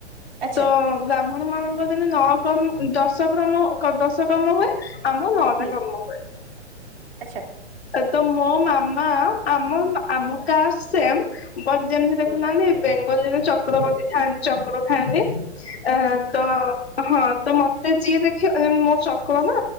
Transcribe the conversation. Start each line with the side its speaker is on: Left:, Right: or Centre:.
Right: ଆଚ୍ଛା
Left: ତ ବ୍ରାହ୍ମଣ ମାନଙ୍କ ଯେନେ ନଅ କର୍ମ ଦଶ କର୍ମ ଦଶ କର୍ମ ହୁଏ। ଆମ ନଅଟା
Right: ହୁଁ
Left: କର୍ମ ହୁଏ
Right: ଆଚ୍ଛା
Left: ତ ମୋ ମାମା ଆମ ଆମ କାଷ୍ଟ ସେମ। ବସ୍ ଯେମିତି ଦେଖୁନାହାନ୍ତି
Right: ହଁ
Left: ବେଙ୍ଗଲିରେ ଯେ ଚକ୍ରବର୍ତ୍ତୀ ଥାଆନ୍ତି ଚକ୍ର ଥାଆନ୍ତି। ଅ ତ ହଁ ତ ମ ତ ଯିଏ ଦେଖିବ ମୋ ଚକ୍ର ନା